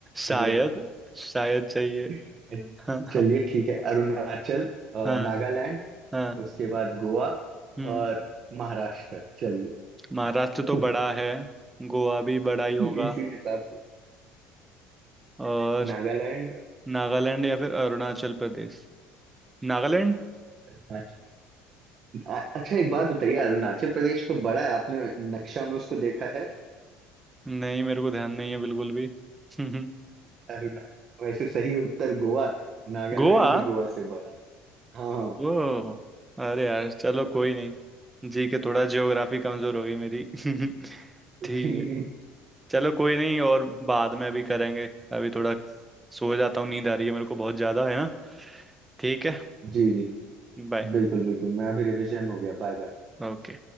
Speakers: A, on the right; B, on the right.
A: शायद
B: अगर
A: शायद चाहिए
B: <laughs>
A: <laughs> हाँ
B: चलिए
A: हाँ
B: ठीक है अरुणाचल अ,
A: हाँ
B: नागालैंड
A: हाँ,
B: उसके बाद गोवा
A: हम्म
B: और महाराष्ट्र चलिए
A: महाराष्ट्र तो बड़ा
B: <laughs>
A: है गोवा भी बड़ा ही होगा
B: इसीलिए तो आप
A: और
B: नागालैंड
A: नागालैंड या फिर अरुणाचल प्रदेश नागालैंड
B: अरुणाचल अ- अच्छा एक बात बताइए अरुणाचल प्रदेश तो बड़ा है आपने नक्शा में उसको देखा है
A: नहीं मेरे को ध्यान नहीं है बिल्कुल भी <laughs>
B: अरुणाचल वैसे सही उत्तर गोवा है नागालैंड
A: गोवा
B: भी गोवा से बड़ा है हाँ हाँ
A: वो अरे यार चलो कोई नहीं जी के थोड़ा ज्योग्राफी कमजोर हो गई मेरी <laughs>
B: <laughs>
A: ठीक
B: जी
A: है चलो कोई नहीं और बाद में अभी करेंगे अभी थोड़ा सो जाता हूँ नींद आ रही है मेरे को बहुत ज्यादा है ना ठीक है
B: जी
A: बाय
B: बिल्कुल बिल्कुल मैं अभी रिवीजन हो गया बाय बाय
A: ओके